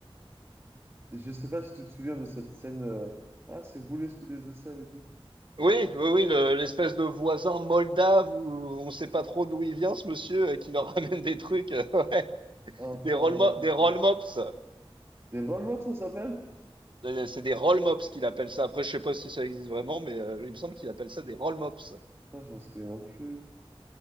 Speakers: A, on the right (about 25°); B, on the right (about 55°).
A: Et Je sais pas si tu te souviens de cette scène. euh, Ah, c'est roulé sous des aisselles et tout.
B: Oui, oui, oui, le- l'espèce de voisin moldave où on sait pas trop d'où il vient, ce monsieur, et qui leur <laughs> ramène des trucs, euh, ouais,
A: Infâme
B: des roll
A: à
B: mo-
A: manger.
B: des roll mops.
A: Des roll ça s'appelle?
B: Euh, C'est des roll mops qu'il appelle ça. Après, je sais pas si ça existe vraiment, mais euh, il me semble qu'il appelle ça des roll mops.
A: Ah, j'en souviens plus.